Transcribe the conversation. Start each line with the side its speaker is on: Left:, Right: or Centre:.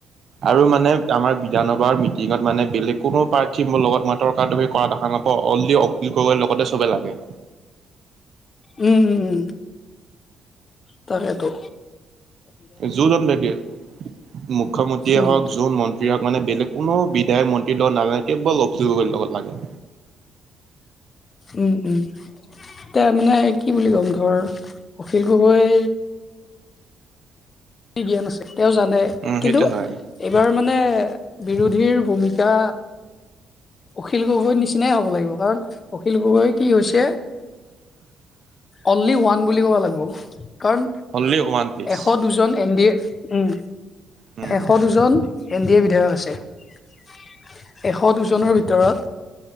Right: আৰু মানে আমাৰ বিধানসভাৰ মিটিঙত মানে বেলেগ কোনো প্ৰাৰ্থী মোৰ লগত মই তৰ্কাতৰ্কি কৰা দেখা নাপাওঁ অঁ অনলি অখিল গগৈৰ লগতে চবে লাগে।
Left: উম উম উম তাকেইতো।
Right: যোনজন থাকিল মুখ্যমন্ত্ৰীয়ে
Left: উম
Right: হওক যোন মন্ত মানে বেলেগ কোনো বিধায়ক মন্ত্ৰী লগত নালাগে কেৱল অখিল গগৈৰ লগত লাগে।
Left: উম উম, এতিয়া মানে কি বুলি ক'ম ধৰ অখিল গগৈ, জ্ঞান আছে তেওঁ জানে
Right: উম
Left: কিন্তু
Right: সেইটো হয়
Left: এইবাৰ মানে বিৰোধীৰ ভূমিকা, অখিল গগৈৰ নিচিনাই হ'ব লাগিব কাৰণ অখিল গগৈ কি হৈছে।
Right: <inaudible>
Left: অনলি ওৱান বুলি ক'ব লাগিব কাৰণ।
Right: অনলি ওৱান পিচ
Left: এশ দুজন এন ডি এ উম
Right: উম
Left: এশ দুজন, এন ডি এ বিধায়ক আছে এশ দুজনৰ ভিতৰত,